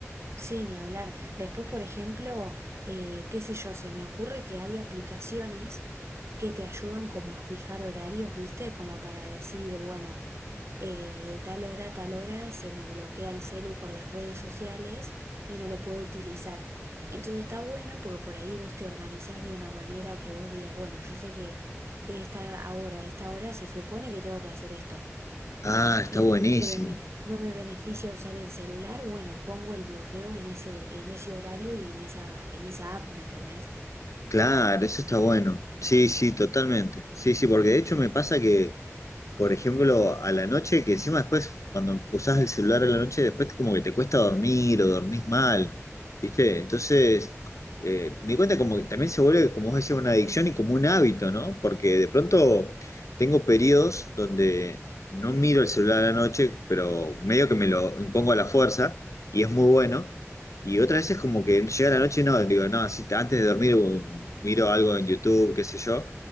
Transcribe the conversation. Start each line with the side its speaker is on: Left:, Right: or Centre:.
Right: Sí, ni hablar. Después, por ejemplo, eh, qué sé yo, se me ocurre que hay aplicaciones que te ayudan como a fijar horarios, ¿viste? Como para decir, bueno, eh, de tal hora a tal hora se me bloquea el celu con las redes sociales y no lo puedo utilizar. Entonces está bueno porque por ahí vos te organizás de una manera que vos digas, bueno, yo sé que de esta hora a esta hora se supone que tengo que hacer esto
Left: Ah, está
Right: y
Left: buenísimo.
Right: no me bene- no me beneficia usar el celular, bueno, pongo el bloqueo en ese, en ese horario y en esa, en esa app, ¿me entendés?
Left: Claro, eso está bueno. Sí, sí, totalmente. Sí, sí, porque de hecho me pasa que por ejemplo, a la noche, que encima después, cuando usás el celular a la noche, después como que te cuesta dormir o dormís mal, ¿viste? Entonces, eh, me di cuenta como que también se vuelve, como vos decías, una adicción y como un hábito, ¿no? Porque de pronto tengo periodos donde no miro el celular a la noche, pero medio que me lo impongo a la fuerza y es muy bueno. Y otras veces como que llega la noche y no, digo, no, si antes de dormir um, miro algo en YouTube, qué sé yo.